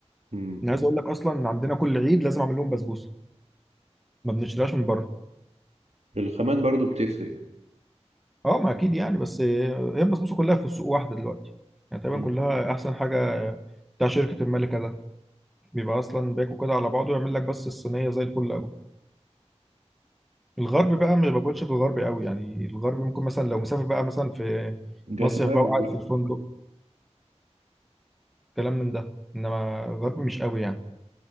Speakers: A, on the right; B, in the centre.
A: مم.
B: انا عايز اقول لك اصلا ان عندنا كل عيد لازم اعمل لهم بسبوسه ما بنشتريهاش من بره
A: الخامات برضو بتفرق
B: اه ما اكيد يعني بس هي البسبوسه كلها في السوق واحده دلوقتي يعني تقريبا
A: مم.
B: كلها احسن حاجه بتاع شركه الملكه ده بيبقى اصلا باكو كده على بعضه يعمل لك بس الصينيه زي الفل الغرب بقى ما باكلش في الغرب قوي يعني الغرب ممكن مثلا لو مسافر بقى مثلا في
A: جت
B: مصيف
A: وقعت
B: بقى وقاعد
A: بقى
B: في الفندق كلام من ده انما الغرب مش قوي يعني